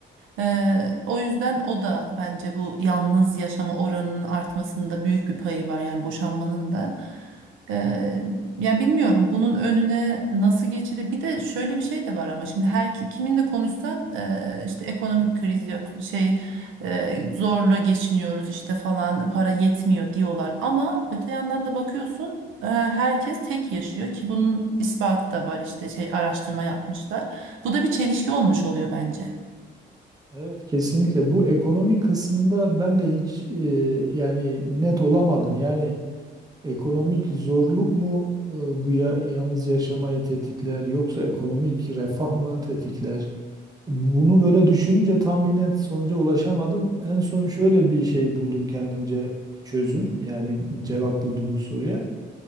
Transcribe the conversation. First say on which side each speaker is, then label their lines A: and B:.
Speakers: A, on the right (about 80°); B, on the right (about 20°).
A: Ee, o yüzden o da bence bu yalnız yaşama oranının artmasında büyük bir payı var yani boşanmanın da. Ee, Ya bilmiyorum bunun önüne nasıl geçilir. Bir de şöyle bir şey de var ama şimdi her ki- kiminle konuşsan e, işte ekonomik kriz yok şey e, zorla geçiniyoruz işte falan para yetmiyor diyorlar. Ama öte yandan da bakıyorsun e, herkes tek yaşıyor ki bunun ispatı da var işte şey araştırma yapmışlar. Bu da bir çelişki olmuş oluyor bence.
B: Evet kesinlikle bu ekonomik kısmında ben de hiç e, yani net olamadım. Yani ekonomik zorluk mu e, bu ya, yalnız yaşamayı tetikler yoksa ekonomik refah mı tetikler? Bunu böyle düşününce tam bir net sonuca ulaşamadım. En son şöyle bir şey buldum kendimce çözüm yani cevap buldum bu soruya.